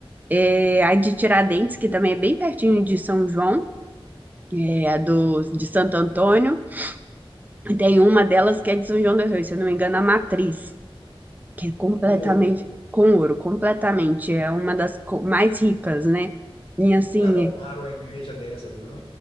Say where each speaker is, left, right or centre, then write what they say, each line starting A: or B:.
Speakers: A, on the right; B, on the left.
A: É, a de Tiradentes, que também é bem pertinho de São João, é, a do, de Santo Antônio. E Tem uma delas que é de São João do Rio, se eu não me engano, a Matriz. que é completamente
B: Com ouro.
A: com ouro, completamente, é uma das co- mais ricas, né? E assim,
B: Nunca roubaram a igreja dessas, não.